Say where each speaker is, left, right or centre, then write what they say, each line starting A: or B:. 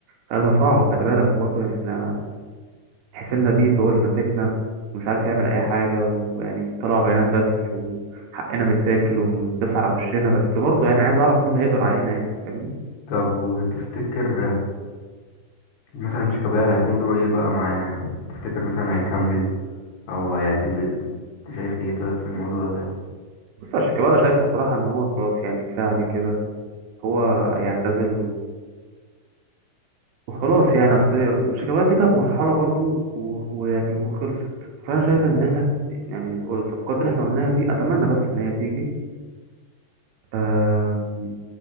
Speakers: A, on the right (about 75°); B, on the left (about 75°).
A: في ازمه صعبه خلي بالك وبرضه احنا حسين لبيب هو اللي ماسكنا ومش عارف يعمل اي حاجه ويعني طلع بيانات بس وحقنا بيتاكل ومتداس على وشنا بس برضه يعني عايز اعرف مين اللي هيقدر علينا يعني انت فاهمني
B: طب وتفتكر مثلا شيكابالا هيكون دوره ايه بقى معانا يعني تفتكر مثلا هيكمل او هيعتزل انت شايف ايه طيب في الموضوع ده
A: بص يا شيكابالا شايفه بصراحه ان هو خلاص يعني كفايه عليه كده هو يعتزل وخلاص يعني اصل شيكابالا دي كانت مرحله برضو و- ويعني وخلصت فانا شايف ان احنا يعني الصفقات اللي احنا قلناها دي اتمنى بس ان هي تيجي أم،